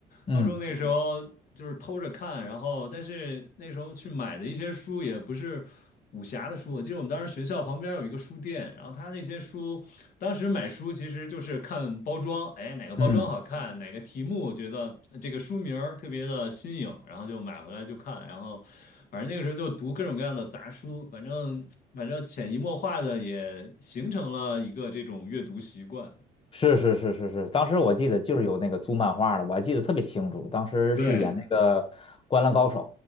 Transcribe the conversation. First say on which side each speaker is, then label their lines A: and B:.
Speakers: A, on the left; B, on the left.
A: 嗯
B: 高中那时候就是偷着看，然后但是那时候去买的一些书也不是。武侠的书，我记得我们当时学校旁边有一个书店，然后他那些书当时买书其实就是看包装，哎，哪个包装好看，
A: 嗯，
B: 哪个题目觉得呃这个书名儿特别的新颖，然后就买回来就看，然后反正那个时候就读各种各样的杂书，反正反正潜移默化的也形成了一个这种阅读习惯。
A: 是是是是是，当时我记得就是有那个租漫画的，我还记得特别清楚。当时是演那个《灌篮高手》，
B: 对